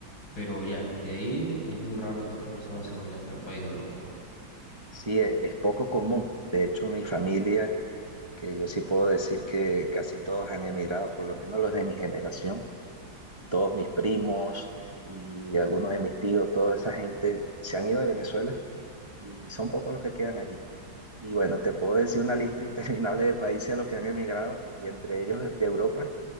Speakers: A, on the left (about 75°); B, on the right (about 15°).
A: pero ya, de ahí es muy raro que otra persona se vaya a otro país de Europa.
B: Sí, es, es poco común. De hecho, mi familia, que yo sí puedo decir que casi todos han emigrado, por lo menos los de mi generación, todos mis primos y algunos de mis tíos, toda esa gente se han ido de Venezuela y son pocos los que quedan allí. Y bueno, te puedo decir una lista <laughs> interminable de países a los que han emigrado y entre ellos de Europa